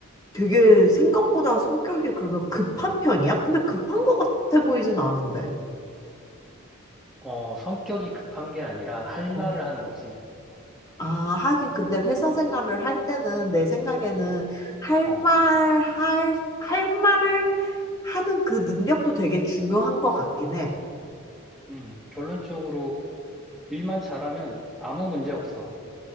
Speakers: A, on the left; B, in the centre.
A: 되게 생각보다 성격이 그러면 급한 편이야? 근데 급한 것 같아 보이진 않은데.
B: 어, 성격이 급한 게 아니라 할
A: 어.
B: 말을 하는 거지.
A: 아, 하긴 근데 회사 생활을 할 때는 내 생각에는 할
B: 어,
A: 말, 할, 할 말을 하는 그 능력도 되게 중요한 것 같긴 해.
B: 음, 결론적으로 일만 잘하면 아무 문제 없어.